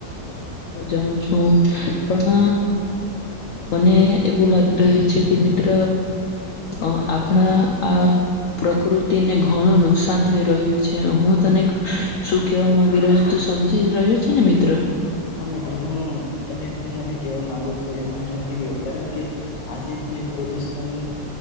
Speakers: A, on the left; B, on the left.
A: જાઉં છું. પણ મને એવું લાગ રહ્યું છે કે મિત્ર અહ આપણા આ પ્રકૃતિને ઘણું નુકસાન થઈ રહ્યું છે. હું તને શું કેવા માંગી રહ્યો તું સમજી રહ્યો છે ને મિત્ર?
B: હા મિત્ર, હું તમે હું મને કેવા માંગ તો એમ <unintelligible> કારણ કે આજે જે પ્રદુષણ